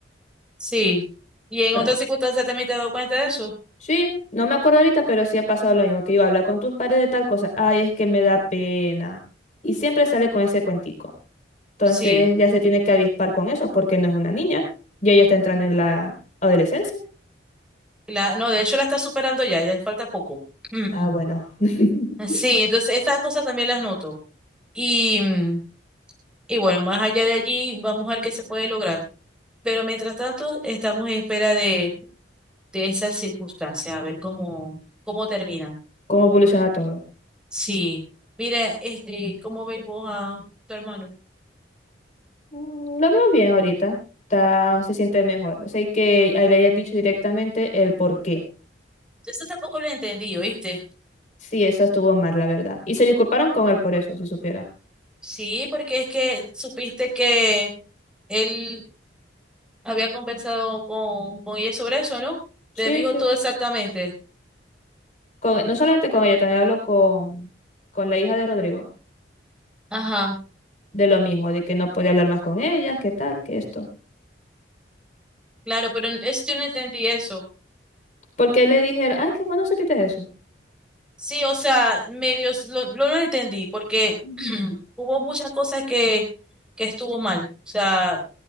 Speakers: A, in the centre; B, on the left.
A: Sí. ¿Y en
B: Ta-
A: otras circunstancias también te has dado cuenta de eso?
B: Sí, no me acuerdo ahorita, pero sí ha pasado lo mismo, que yo habla con tus padres de tal cosa, ay, es que me da pena. Y siempre sale con ese cuentico. Entonces
A: Sí.
B: ya se tiene que avispar con eso porque no es una niña y ella está entrando en la adolescencia.
A: La, no, de hecho la está superando ya, ya le falta poco. <clears throat>
B: Ah, bueno,
A: Sí,
B: <laughs>
A: entonces estas cosas también las noto. Y, mm, y bueno, más allá de allí, vamos a ver qué se puede lograr. Pero mientras tanto, estamos en espera de esas circunstancias, a ver cómo, cómo terminan.
B: cómo evoluciona todo.
A: Sí, mira, este, ¿cómo veis vos a tu hermano?
B: Mm, Lo veo bien ahorita. Está, se siente mejor. O sea, y que a él le hayan dicho directamente el por qué.
A: Eso tampoco lo entendí, ¿oíste?
B: Sí, eso estuvo mal, la verdad. Y se disculparon con él por eso, si supiera.
A: Sí, porque es que supiste que él había conversado con, con ella sobre eso, ¿no?
B: Sí,
A: Le dijo
B: sí.
A: todo exactamente.
B: Con, no solamente con ella, también hablo con, con la hija de Rodrigo.
A: Ajá,
B: De lo mismo, de que no podía hablar más con ella, qué tal, que esto.
A: claro, pero n- es, yo no entendí eso.
B: Porque le dijeron, ay, qué bueno supiste eso.
A: Sí, o sea, medios lo, lo no entendí, porque
B: <laughs>
A: <clears throat> hubo muchas cosas que, que estuvo mal. O sea,